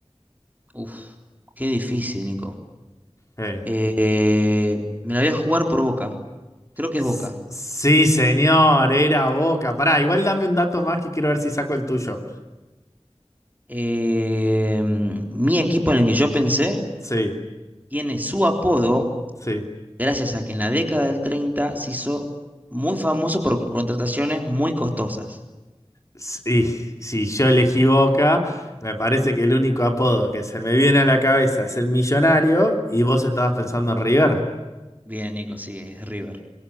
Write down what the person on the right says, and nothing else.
Uf, qué difícil, Nico.
Eh, eh, me la voy a jugar por Boca. Creo que
es Boca.
Eh, mi equipo en el que yo pensé
tiene su apodo
gracias a que en la década del 30 se hizo muy famoso por contrataciones muy costosas.
Bien, Nico, sí, es River.